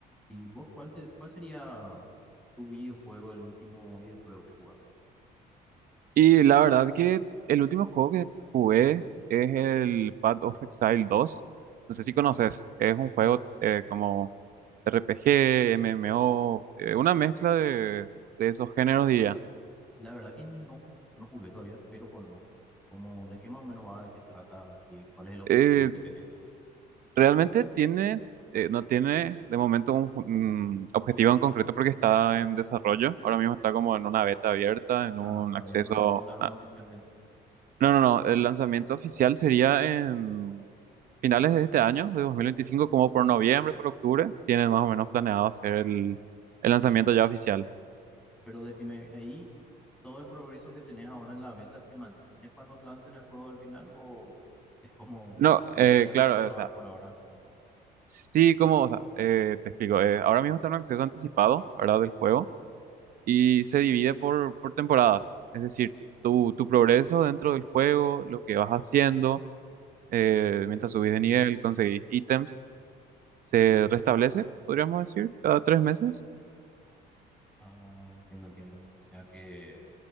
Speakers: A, in the centre; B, on the right.
A: ¿Y vos cuál te- cuál sería tu videojuego, el último videojuego que jugaste?
B: Y la verdad que el último juego que jugué es el Path of Exile dos No sé si conoces, es un juego eh, como RPG, MMO, eh, una mezcla de, de esos géneros diría.
A: La verdad que no, no jugué todavía, pero conozco. Como de qué más o menos va, de qué trata, qué, cuál es el objetivo
B: Eh,
A: que tenés.
B: realmente tiene, eh, no tiene de momento un, un objetivo en concreto porque está en desarrollo. Ahora mismo está como en una beta abierta, en
A: Ah,
B: un
A: todavía
B: acceso...
A: no lanzaron
B: a-
A: oficialmente.
B: no, no, no, el lanzamiento oficial sería en finales de este año, de 2025, como por noviembre, por octubre, tienen más o menos planeado hacer el, el lanzamiento ya oficial.
A: Pero decime, ahí todo el progreso que tenés ahora en la beta se mantiene cuando lancen el juego al final o es como
B: No,
A: te
B: eh,
A: estoy dando
B: claro,
A: para probar
B: o sea,
A: por ahora.
B: sí, como, o sea, eh, te explico, eh, ahora mismo está en un acceso anticipado, ¿verdad?, del juego, y se divide por, por temporadas, es decir, tu, tu progreso dentro del juego, lo que vas haciendo, eh, mientras subís de nivel, conseguís ítems, se restablece, podríamos decir, cada tres meses.
A: Ah, entiendo, entiendo. O sea que